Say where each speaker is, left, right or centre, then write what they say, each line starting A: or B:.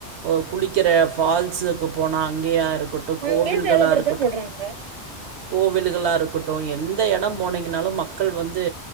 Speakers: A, on the right (about 70°); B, on the right (about 40°).
A: ஒ குளிக்கிற ஃபால்ஸ்க்கு போனா அங்கேயாரு இருக்கட்டு
B: அங்கயே
A: கோவில்களா
B: சேதப்படுத்ததா
A: இருக்கட்டு
B: போடுறாங்க
A: கோவில்களா இருக்கட்டு எந்த எடம் போனீங்கனாலும் மக்கள் வந்து